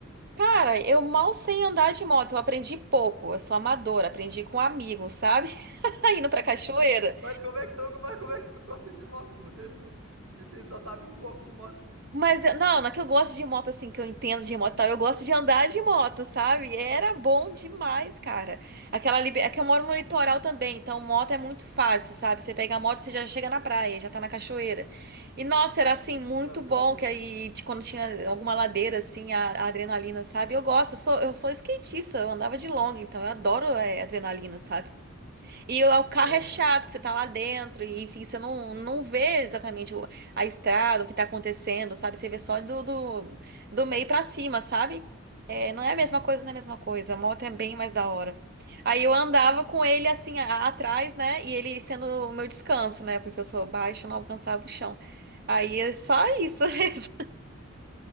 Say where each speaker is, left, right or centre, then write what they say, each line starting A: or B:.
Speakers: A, on the right; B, on the right.
A: Cara, eu mal sei andar de moto, eu aprendi pouco, eu sou amadora, aprendi com amigos, sabe? <laughs> Indo pra cachoeira.
B: Mas como é que tu, mas como é que tu gosta de moto, mulher? <laughs> Você só sabe um pouco de moto.
A: Mas eu- não, não é que eu gosto de moto assim, que eu entendo de moto e tal. Eu gosto de andar de moto, sabe? Era bom demais, cara. Aquela libe... É que eu moro no litoral também, então moto é muito fácil, sabe? Você pega a moto, você já chega na praia, já tá na cachoeira. E nossa, era assim muito
B: Vida boa.
A: bom que aí de quando tinha alguma ladeira assim, a, a adrenalina, sabe? Eu gosto, eu sou eu sou skatista, eu andava de longa, então eu adoro é, adrenalina, sabe? E o o carro
B: Sério?
A: é chato, que você tá lá dentro, e enfim, você não, não vê exatamente o- a estrada, o que tá acontecendo, sabe? Você vê só do, do, do meio pra cima, sabe? É, não é a mesma
B: Sim,
A: coisa,
B: sim,
A: não é a
B: sim.
A: mesma coisa. A moto é bem mais da hora. Aí eu andava com ele assim a- atrás, né? E ele sendo o meu descanso, né? Porque eu sou baixa, não alcançava o chão. Aí é só isso <laughs> mesmo.